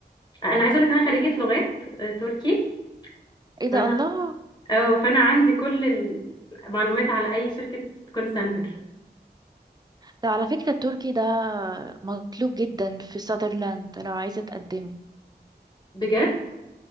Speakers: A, on the left; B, on the right.
A: انا عايزه اقول لك انا خريجه لغات آه، تركي
B: ايه ده
A: فانا
B: الله
A: اه فانا عندي كل المعلومات على اي شركه كول سنتر
B: ده على فكرة التركي ده مطلوب جدا في ساذرلاند لو عايزة تقدمي
A: بجد